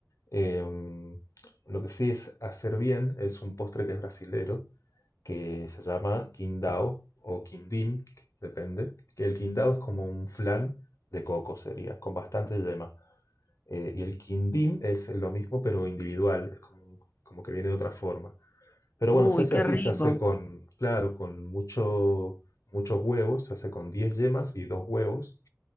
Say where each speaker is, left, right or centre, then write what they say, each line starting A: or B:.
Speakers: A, on the left (about 80°); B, on the left (about 35°).
A: em, lo que sí es hacer bien es un postre que es brasilero, que se llama Qingdao o Quindín, depende, que el Qingdao es como un flan de coco sería, con bastante yema. Eh, y el Quindín es lo mismo pero individual, es como, como que viene de otra forma. Pero
B: Uy,
A: bueno, se hace
B: qué
A: así,
B: rico.
A: se hace con, claro, con mucho, muchos huevos, se hace con 10 yemas y 2 huevos,